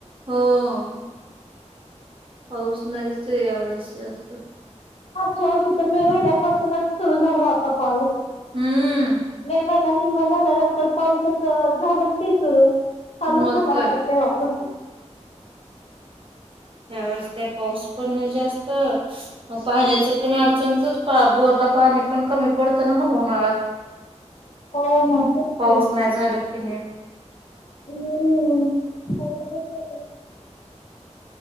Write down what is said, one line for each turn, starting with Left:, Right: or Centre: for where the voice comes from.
Right: होां पाऊस नाही ते अवस असत
Left: चशी तर मे महिन्यापासूनच सुरू झाल आता पाऊस
Right: हम्म
Left: मे महि्या निम्मा झाल्यानंतर पावसाचं झाडत ते सुरू चालू च
Right: मग
Left: झालं
Right: काय
Left: आता ते वापस.
Right: या वेळेस काय पाऊस पण नाय जास्त. पाण्याच पण अडचणचच बोरला पाणी पण कमी पडतं ना मग उन्हाळ्यात.
Left: हो ना तेच
Right: पाऊस
Left: कीं.
Right: नाही झाला की नीट
Left: हं. <unintelligible>